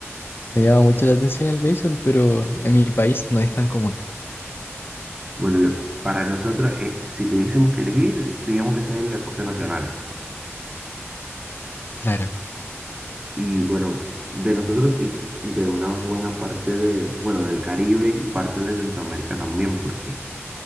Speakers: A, on the left (about 50°); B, on the right (about 20°).
A: Me llama mucho la atención el béisbol, pero en mi país no es tan común.
B: Bueno, lo- para nosotros, eh, si tuviésemos que elegir, digamos que sea el deporte nacional.
A: claro.
B: Y bueno, de nosotros y de una buena parte de, bueno, del Caribe y parte de Centroamérica también, porque